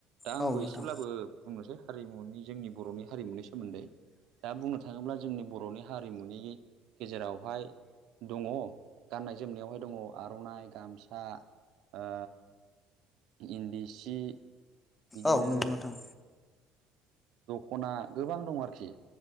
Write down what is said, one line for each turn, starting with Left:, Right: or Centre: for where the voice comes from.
Right: दा
Left: औ
Right: आंबो
Left: नोंथां
Right: एसेब्लाबो बुंनोसै हारिमुनि जोंनि बर'नि हारिमुनि सोमोन्दै दा बुंनो थाङोब्ला जोंनि बर'नि हारिमुनि गेजेरावहाय दङ गाननाय जोमनायावहाय दङ आर'नाइ गामसा ओ इन्दि सि बिदिनो
Left: औ नंगौ नोंथां
Right: दख'ना गोबां दं आरोखि